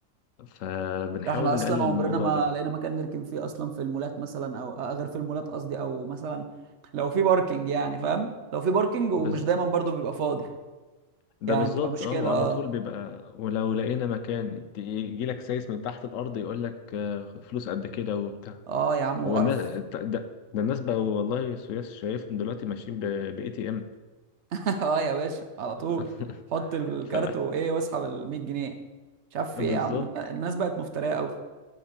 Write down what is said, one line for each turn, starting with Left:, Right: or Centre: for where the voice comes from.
Left: فبنحاول
Right: ده احنا اصلا
Left: نقلل الموضوع
Right: عمرنا ما لقينا مكان نركن فيه اصلا في المولات مثلا او آه، غير في المولات قصدي او مثلا لو في باركينج يعني فاهم لو في باركينج ومش
Left: ده
Right: دايما برضو بيبقى فاضي
Left: ده
Right: يعني
Left: بالظبط
Right: بتبقى مشكلة
Left: اه وعلى
Right: اه
Left: طول بيبقى ولو لقينا مكان يجي لك سايس من تحت الارض يقول لك آه، فلوس قد كده وبتاع
Right: اه يا عم
Left: والناس
Right: وقرف
Left: ده, ده ده الناس بقى والله سويس شايفهم دلوقتي ماشيين ب اي تي ام
Right: <laughs> اه يا باشا على
Left: <laughs>
Right: طول حط الكارت
Left: ف
Right: وايه واسحب ال 100 جنيه مش عارف
Left: بالظبط
Right: في ايه يا عم الناس بقت مفترية قوي